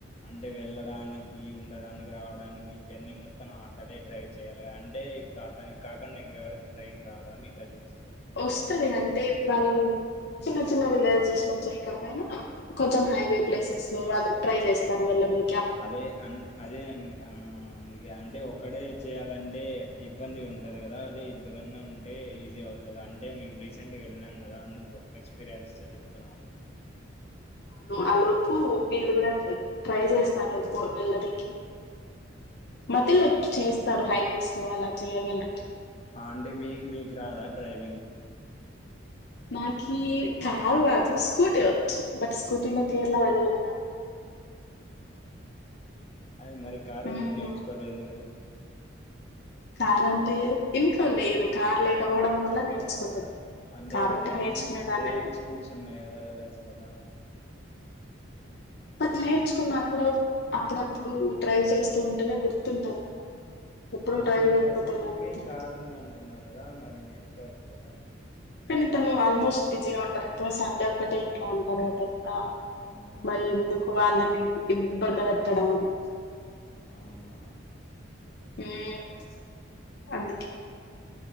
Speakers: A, on the left (about 30°); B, on the left (about 55°).
A: అంటే వెళ్ళడానికి ఉండడానికి రావడానికి జన్ ని మొత్తం అతడే డ్రైవ్ చేయాలగా అంటే ఇప్పుడు అతనికి కాకుండా ఇంకెవరి డ్రైవింగ్ రాదా మీ కసిన్స్
B: వస్తుంది అంటే వాళ్ళు చిన్న చిన్న విలేజెస్ లో చేయకపోయినా కొంచెం హైవే ప్లేసెస్ లో వాళ్ళు డ్రైవ్ చేస్తారు వాళ్ళ మీ
A: అదే అ అదే అండి ఆ అందుకే అంటే ఒకడే చేయాలంటే ఇబ్బందిగా ఉంటుంది కదా అదే ఇద్దరన్న ఉంటే ఈజీ అవుతుంది అంటే మేము రీసెంట్గా వెళ్ళినాం కదా అందుకు ఎక్స్పీరియన్స్ తో చెప్తున్నాం
B: ఆ లోపు వీళ్ళు కూడా ట్రై చేస్తారు వెళ్ళడికి
A: ఉమ్.
B: మధ్యలో చేస్తారు హైవేస్ లో అలా చేయ్యగలరు వీళ్ళు
A: అండి మీకు మీకు రాదా డ్రైవింగ్
B: నాకి కార్ రాదు స్కూటీ వచ్చు బట్ స్కూటీలో కేరళ వెళ్ళలేం కదా
A: ఆ అదే మరి
B: కదా
A: కారు ఎందుకు నేర్చుకోలేదు మీరు
B: కార్ అంటే ఇంట్లో లేదు కార్ లేకపోవడం వల్ల నేర్చుకోలేదు
A: అంటే
B: కారు ఉంటే
A: డ్రైవింగ్
B: నేర్చుకునేదాన్నేమో
A: డ్రైవింగ్ స్కూల్స్ ఉన్నాయి కదా వెళ్ళొచ్చు కదా
B: అట్ల నేర్చుకున్నా కూడా అప్పుడప్పుడు డ్రైవ్ చేస్తూ ఉంటేనే గుర్తుంటది ఎప్పుడూ
A: ఆ
B: డ్రైవ్
A: మీ
B: చేయకపోతే
A: కజిన్కి
B: ఎలా గుర్తుంటది
A: కార్ ఉందాంటున్నారు కదా మరి నేర్చుకోవచ్చు కదా
B: కానీ తను ఆల్మోస్ట్ బిజీగా ఉంటారు ఎప్పుడు సండే ఒక్కటే ఇంట్లో ఉంటారు కదా ఆ
A: అవునా
B: మళ్ళీ ఎందుకు వాళ్ళని ఇబ్బంది పెట్టడం అని
A: అవునా
B: ఉమ్ అందు